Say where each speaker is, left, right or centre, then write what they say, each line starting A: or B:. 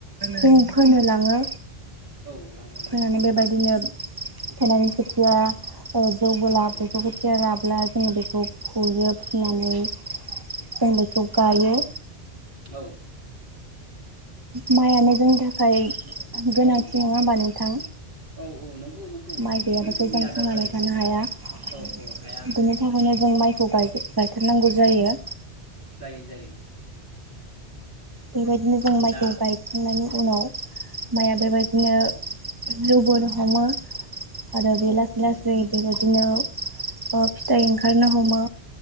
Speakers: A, on the right; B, on the right.
A: जों फोनो लाङो
B: औ लाङो लाङो
A: फोनानै
B: निसय
A: बेबायदिनो फोनानै खोथिया जौबोला
B: औ
A: बेखौ खोथिया राब्ला जोङो बेखौ बुयो फुनानै
B: औ
A: जों बेखौ गायो
B: औ
A: माइयानो जोंनि थाखाय गोनांथि
B: औ
A: नङा होमबा नोंथां
B: औ औ नंगौ नंगौ
A: माइ
B: बेनो
A: गैयाब्लाासो
B: जोंनि
A: जों
B: आदार
A: थांनानै
B: जाहैबाय
A: थानो
B: नालाय
A: हाया बिनि
B: औ औ हाया हाया
A: थाखायनो जों माइ गाय गायथारनांगौ जायो
B: जायो जायो
A: बेबायदिनो जों माइखौ
B: दा
A: गायखांनायनि उनाव माइया
B: औ
A: बेबायदिनो <unintelligible> आरो बे
B: औ
A: लासै
B: हमो
A: लासै
B: हमो
A: बेबायदिनो फिथाइ ओंखारनो हमो